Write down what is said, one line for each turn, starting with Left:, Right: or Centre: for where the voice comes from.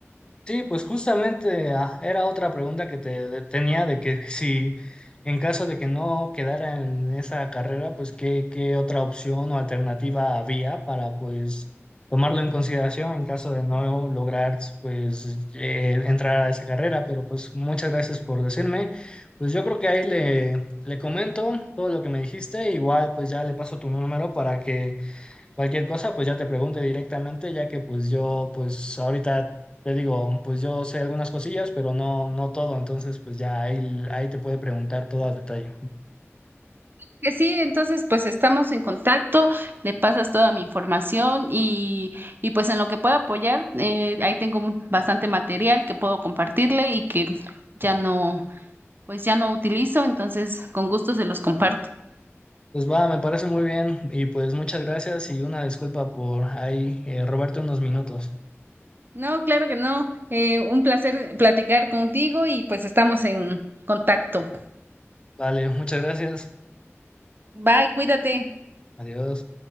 Left: Sí, pues justamente ah, era otra pregunta que te de- tenía de que si en caso de que no quedara en esa carrera, pues qué, qué otra opción o alternativa había para pues tomarlo en consideración en caso de no lograr pues eh, entrar a esa carrera. Pero pues muchas gracias por decirme. Pues yo creo que ahí le, le comento todo lo que me dijiste. Igual pues ya le paso tu número para que Cualquier cosa, pues ya te pregunte directamente, ya que pues yo, pues ahorita te digo, pues yo sé algunas cosillas, pero no, no todo, entonces pues ya ahí, ahí te puede preguntar todo a detalle.
Right: Que sí, entonces pues estamos en contacto, le pasas toda mi información y, y pues en lo que pueda apoyar, eh, ahí tengo bastante material que puedo compartirle y que ya no, pues ya no utilizo, entonces con gusto se los comparto.
Left: Pues va, me parece muy bien y pues muchas gracias y una disculpa por ahí eh, robarte unos minutos.
Right: No, claro que no, eh, un placer platicar contigo y pues estamos en contacto.
Left: Vale, muchas gracias.
Right: Bye, cuídate.
Left: Adiós.